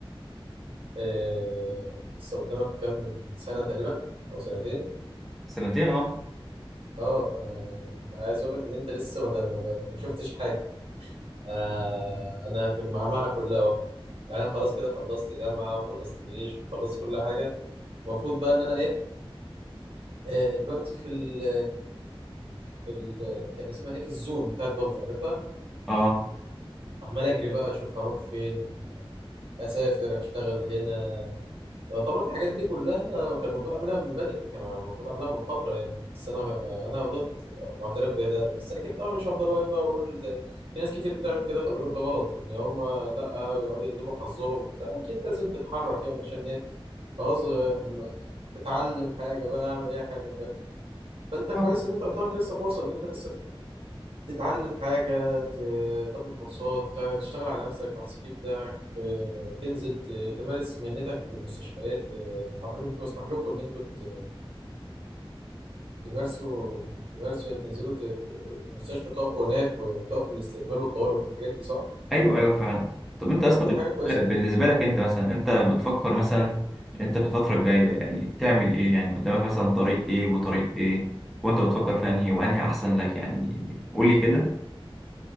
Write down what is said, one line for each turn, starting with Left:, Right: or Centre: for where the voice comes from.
Right: آه لسه قدامك كام سنه تقريبا او سنتين
Centre: سنتين اه
Right: اه ف- عايز اقول لك ان انت لسه ما, ده- ما, ده- ما شفتش حاجه آه انا في المعمعه كلها اهو يعني انا خلاص كده خلصت جامعه وخلصت جيش وخلصت كل حاجه المفروض بقى ان انا ايه آه، دلوقتي في ال في ال كان اسمها ايه في الزون بتاعت بابجي عارفها
Centre: اه
Right: عمال اجري بقى اشوف هروح فين اسافر اشتغل هنا آه، طبعا الحاجات دي كلها كان المفروض اعملها من بدري كان المفروض اعملها من فتره يعني بس انا انا غلطت واعترف بده بس اكيد طبعا مش هفضل واقف بقى واقول زي في ناس كتير بتعمل كده خلي بالك ده غلط ان هم لا يقعدوا يندبوا حظهم وبتاع اكيد لازم تتحرك يعني عشان ايه خلاص آه، اتعلم حاجه بقى اعمل اي حاجه فاهم فانت كويس
Centre: آه.
Right: ان انت قدامك لسه فرصه ان انت لسه تتعلم حاجة ت- تاخد كورسات تشتغل على نفسك على السي في بتاعك آه، تنزل ت- تمارس مهنتك في المستشفيات آه، أعتقد أنتوا مسموح لكم إن أنتوا ت- تمارسوا تمارسوا يعني تنزلوا ت- ت- المستشفى تقفوا هناك وتقفوا الاستقبال والطوارئ والحاجات دي صح؟
Centre: ايوه ايوه فعلا طب انت اصلا
Right: طب دي حاجة كويسة
Centre: بالنسبه
Right: جدا
Centre: لك انت مثلا انت بتفكر مثلا انت في الفتره الجايه يعني تعمل ايه يعني قدامك مثلا طريق ايه وطريق ايه وانت بتفكر في انهي وانهي احسن لك يعني قولي كده